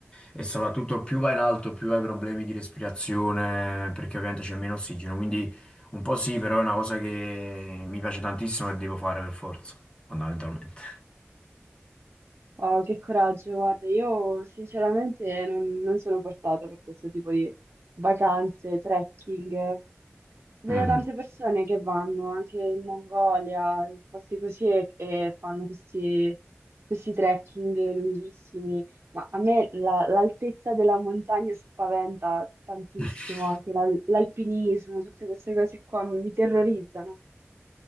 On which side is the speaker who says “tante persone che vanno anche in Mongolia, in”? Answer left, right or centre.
Right